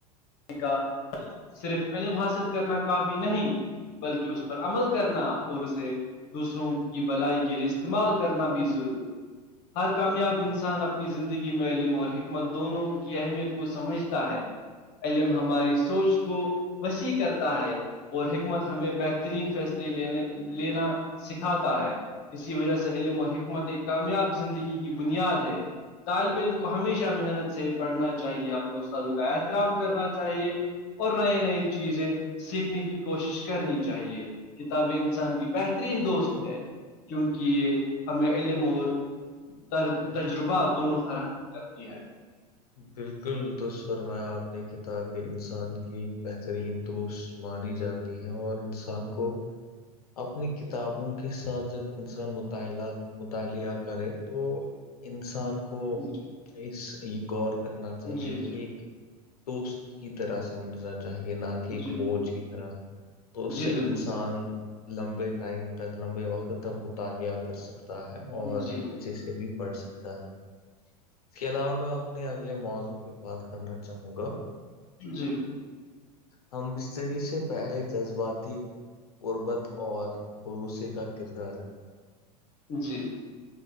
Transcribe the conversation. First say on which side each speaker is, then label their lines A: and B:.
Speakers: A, on the left; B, on the left.
A: کا صرف علم حاصل کرنا کافی نہیں بلکہ اس پر عمل کرنا اور اسے دوسروں کی بلائی کے لیے استعمال کرنا بھی ضروری ہر کامیاب انسان اپنی زندگی میں علم اور حکمت دونوں کی اہمیت کو سمجھتا ہے علم ہماری سوچ کو وسیع کرتا ہے اور حکمت ہمیں بہترین فیصلے لینے لینا سکھاتا ہے اس کی وجہ سے علم اور حکمت ایک کامیاب زندگی کی بنیاد ہے طالب علم کو ہمیشہ محنت سے پڑھنا چاہیے اپنے استاد کا احترام کرنا چاہیے اور نئی نئی چیزیں سیکھنے کی کوشش کرنی چاہیے کتابیں انسان کی بہترین دوست ہے کیونکہ یہ ہمیں علم اور ر تجربات دونوں فراہم کرتی ہے
B: بالکل دست فرمایا آپ نے کتاب انسان کی ایک بہترین دوست مانی جاتی ہے اور انسان کو اپنی کتابوں کے ساتھ جب انسان مطالعہ مطالعہ کرے تو انسان کو
A: جی
B: اس یہ غور کرنا چاہیے
A: جی
B: کہ ایک دوست کی طرح سمجھنا چاہیے نہ کہ ایک
A: جی
B: بوجھ کی طرح تو اس
A: جی
B: سے
A: بالکل
B: انسان لمبے ٹائم تک لمبے وقت تک مطالعہ کر سکتا ہے اور
A: جی
B: اچھے
A: بالکل سر
B: سے بھی پڑ سکتا ہے اس کے علاوہ میں آپ اپنے اگلے موضوع پہ بات کرنا چاہوں گا
A: جی
B: ہم بستری سے پہلے جذباتی قربت اور بھروسے کا کردار
A: جی